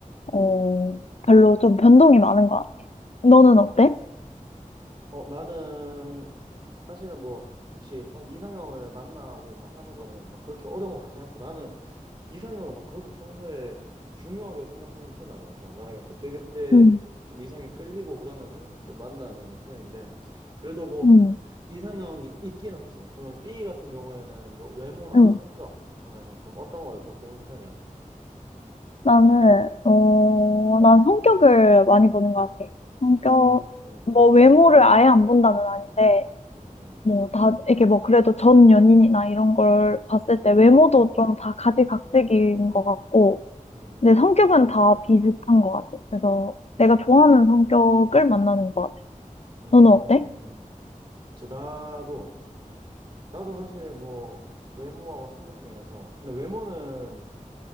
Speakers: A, on the left (about 50°); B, on the right (about 35°).
A: 어, 별로 좀 변동이 많은 것 같아. 너는
B: 아.
A: 어때?
B: 어, 나는 사실은 뭐, 그치. 사실 이상형을 만나고 막 하는 거는 막 그렇게 어려운 것 같진 않고 나는 이상형은 막 그렇게 평소에 중요하게 생각하는 편 아니어서 나는 그냥 그때그때
A: 응
B: 좀 이성이 끌리고 그러면은 좀 만나는 편인데 그래도 뭐
A: 응
B: 이상형이 있긴 하지. 그러면 B 같은 경우에는 너 외모나
A: 응
B: 성격 중에서 좀 어떤 걸 더 보는 편이야?
A: 나는, 어,
B: 음,
A: 난 성격을 많이 보는 것 같아. 성격,
B: 음, 음,
A: 뭐 외모를 아예 안 본다는 아닌데,
B: 음,
A: 뭐 다 이게 뭐 그래도 전 연인이나 이런 걸 봤을
B: 음,
A: 때 외모도 좀 다 가지각색인 것 같고
B: 음,
A: 내
B: 음.
A: 성격은 다 비슷한 것 같아. 그래서 내가 좋아하는 성격을 만나는 것 같아. 너는
B: 음.
A: 어때?
B: 이제 나도 나도 사실 뭐 외모하고 성격 중에서 근데 외모는